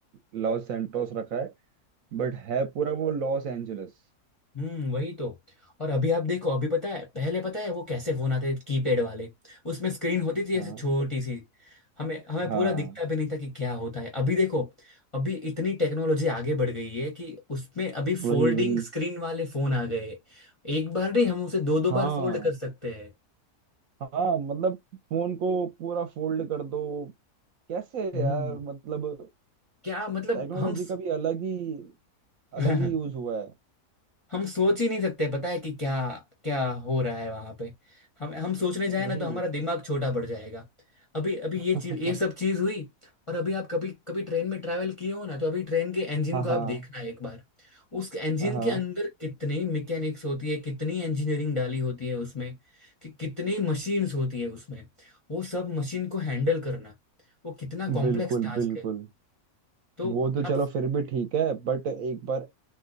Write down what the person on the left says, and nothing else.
हम्म वही तो और अभी आप देखो अभी पता है पहले पता है वो कैसे फोन आते थे कीपैड वाले उसमें स्क्रीन होती थी
ऐसे छोटी सी हमें हमें
पूरा दिखता भी नहीं था कि क्या होता है अभी देखो अभी इतनी टेक्नोलॉजी आगे बढ़ गई है कि उसमें अभी
फोल्डिंग
स्क्रीन वाले फोन आ गए एक बार नहीं हम उसे दो दो
बार फोल्ड कर सकते हैं
हम्म
क्या मतलब
हम स...
<laughs>
हम सोच ही नहीं सकते पता है कि क्या क्या हो रहा है वहां पे हम हम सोचने जाए
ना तो हमारा दिमाग छोटा पड़ जाएगा अभी अभी
ये चीज ये सब चीज हुई और अभी आप कभी कभी ट्रेन में ट्रैवल किए हो ना तो अभी ट्रेन के इंजन
को
आप देखना एक बार उस इंजन
के अंदर कितनी मैकेनिक्स होती है कितनी इंजीनियरिंग डाली होती है उसमें कि कितनी मशीन्स होती है उसमें वो सब मशीन को हैंडल करना वो कितना कॉम्प्लेक्स
टास्क
है तो
आप